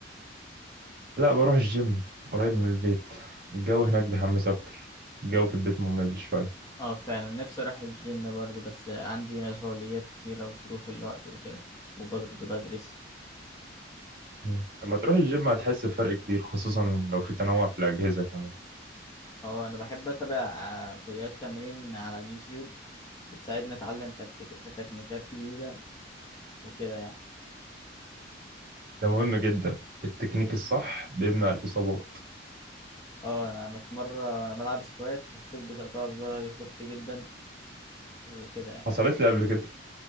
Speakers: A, on the right; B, on the left.
A: <laughs> لا بروح الجيم قريب من البيت الجو هناك بيحمس اكتر الجو في البيت ممل شويه
B: اه فعلا نفسي اروح الجيم برضه بس عندي مشغوليات كتيرة وظروف الوقت وكده وبرضه بدرس
A: مم. لما تروح الجيم هتحس بفرق كبير خصوصا لو في تنوع في الاجهزه كمان
B: اه انا بحب اتابع آه، فيديوهات تمرين على اليوتيوب بتساعدني اتعلم تكتيك... تكنيكات جديدة وكده يعني
A: ده مهم جدا التكنيك الصح بيمنع الاصابات
B: اه انا انا في مرة وانا بلعب سكوات حسيت بتقطع في ظهري خفت جدا وكده يعني
A: حصلت لي قبل كده